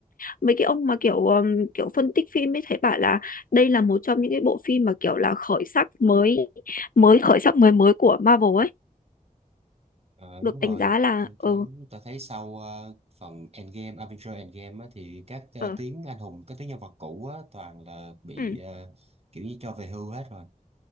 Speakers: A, on the left; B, on the right.
A: mấy cái ông mà kiểu um, kiểu phân tích phim ấy thấy bảo là đây là một trong những cái bộ phim mà kiểu là khởi sắc mới mới khởi sắc mới mới của Marvel ấy
B: à,
A: được
B: đúng rồi
A: đánh giá là
B: tôi
A: ừ
B: thấy tôi thấy sau ờ, phần Endgame Avengers Endgame á, thì các ờ,
A: ừ
B: tuyến anh hùng các tuyến nhân vật cũ á, toàn là bị
A: ừ
B: ờ, kiểu như cho về hưu hết rồi